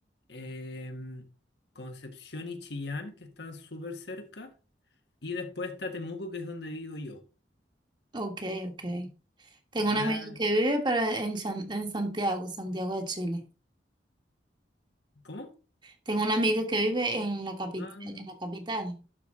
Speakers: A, on the left (about 70°); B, on the right (about 25°).
A: em, Concepción y Chillán, que están súper cerca, y después está Temuco, que es donde vivo yo.
B: ok, ok. Tengo
A: Ya,
B: una amiga que vive para, en, San- en Santiago, Santiago de Chile.
A: ¿cómo?
B: Tengo una amiga que vive en la capital,
A: Ah,
B: en la capital.